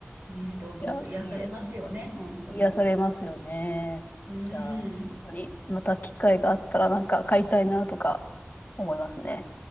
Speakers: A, on the right; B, on the left.
A: ね、動物癒されますよね、
B: いや、いいです。
A: 本当に。
B: 癒されますよね。
A: うーん。
B: じゃあ、本当にまた機会があったらなんか買いたいなとか思いますね。